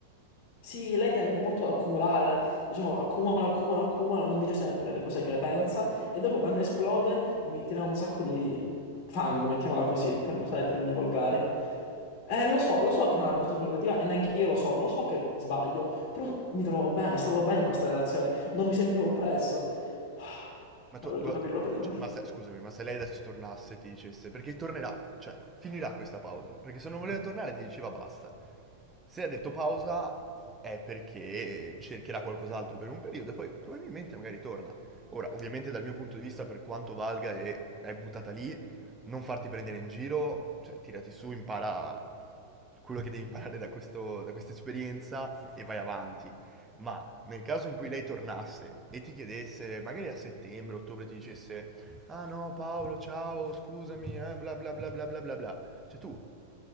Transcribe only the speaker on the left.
Sì, lei tende molto ad accumulare, diciamo, accumula, accumula, accumula, non dice sempre le cose che pensa e dopo quando esplode mi tira un sacco di fango, mettiamola così, per non usare termini volgari. Eh, lo so, lo so che è una persona negativa e neanche io lo so, non lo so che sbaglio, però mi trovo bene, stavo bene in questa relazione, non mi sentivo oppresso. Ah,
Avrei
dovuto capirlo prima.